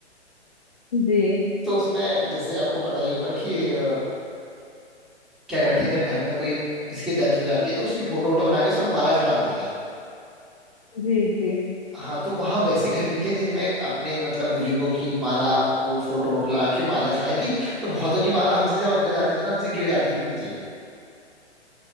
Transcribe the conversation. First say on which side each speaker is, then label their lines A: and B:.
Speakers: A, on the left; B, in the centre.
A: जी
B: तो उसमें जैसे आपको पता ही होगा कि अ, क्या करते हैं जब घर में कोई किसी की डेथ हो जाती है तो उसकी फोटो वोटो बना के उसमें माला चढ़ा देते हैं
A: जी जी
B: हाँ तो वहाँ वैसे घर भी थे जिनमें अपने मतलब बुजुर्गों की माला वो फोटो वोटो लगा के माला चढ़ाई थी तो बहुतों की माला हमसे जब अंदर जाते थे ना हमसे गिर जाती थी नीचे